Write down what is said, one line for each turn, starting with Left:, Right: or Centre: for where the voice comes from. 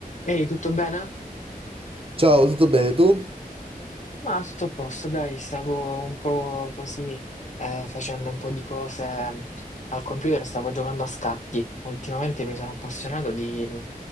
Left: Ehi, tutto bene?
Right: Ciao, tutto bene tu?
Left: Ma tutto a posto, dai, stavo un po' così eh, facendo un po' di cose mm, al computer, stavo giocando a scacchi. Ultimamente mi sono appassionato di, mm,